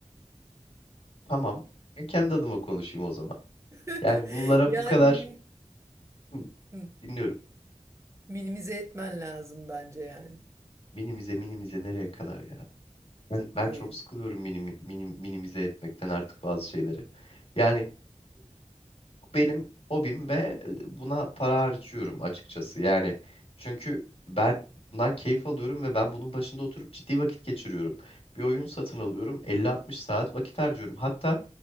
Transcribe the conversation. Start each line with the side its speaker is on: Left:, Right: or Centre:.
Left: Tamam. Ben kendi adıma konuşayım o zaman.
Right: <laughs>
Left: Yani bunlara
Right: Yani
Left: bu kadar
Right: minim,
Left: Hı,
Right: hı,
Left: dinliyorum.
Right: minimize etmen lazım bence yani.
Left: Minimize minimize nereye kadar ya? Ben ben
Right: Ee,
Left: çok sıkılıyorum minim, minim, minimize etmekten artık bazı şeyleri. Yani benim hobim ve e, buna para harcıyorum açıkçası. Yani çünkü ben bundan keyif alıyorum ve ben bunun başında oturup ciddi vakit geçiriyorum. Bir oyun satın alıyorum, elli altmış saat vakit harcıyorum. Hatta